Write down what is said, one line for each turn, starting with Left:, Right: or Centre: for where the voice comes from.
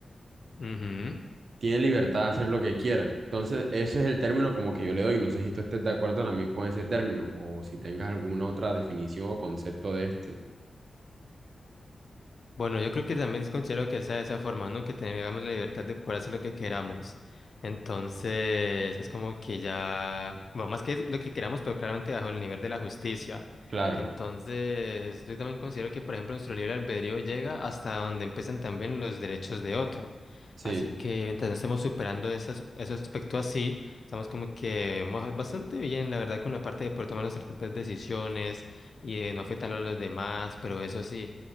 Left: Ujú.
Right: Tiene libertad de hacer lo que quiera. Entonces, ese es el término como que yo le doy. No sé si tú estés de acuerdo también con ese término o si tengas alguna otra definición o concepto de este.
Left: Bueno, yo creo que también considero que sea de esa forma, ¿no? Que tengamos la libertad de poder hacer lo que queramos. Entonces, es como que ya, bueno, más que lo que queramos, pero claramente bajo el nivel de la justicia.
Right: Claro,
Left: Entonces, yo también considero que, por ejemplo, nuestro libre albedrío llega hasta donde empiezan también los derechos de otro.
Right: sí,
Left: Así que mientras no estemos superando ese, as- ese aspecto así, estamos como que mo- bastante bien, la verdad, con la parte de poder tomar nuestras propias decisiones y de no afectar a los demás, pero eso sí